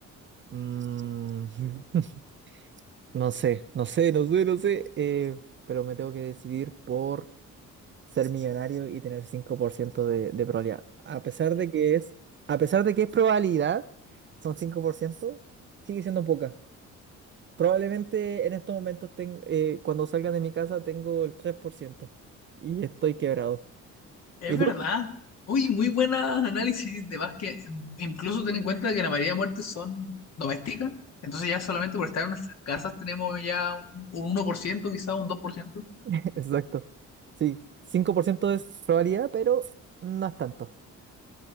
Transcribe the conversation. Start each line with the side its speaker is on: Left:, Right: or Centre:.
Right: mm, <laughs> no sé, no sé, no sé, no sé. eh, pero me tengo que decidir por... ser millonario y tener 5% de, de probabilidad. A pesar de que es, a pesar de que es probabilidad, son cinco por ciento sigue siendo poca. Probablemente en estos momentos, ten- eh, cuando salga de mi casa, tengo el 3% y estoy quebrado.
Left: Es
Right: ¿Y
Left: verdad.
Right: tú?
Left: Uy, muy buenas análisis de básquet. Incluso ten en cuenta que la mayoría de muertes son domésticas. Entonces ya solamente por estar en nuestras casas tenemos ya un, un uno por ciento, quizás un dos por ciento,
Right: <laughs> Exacto. Sí, 5% es probabilidad, pero no es tanto.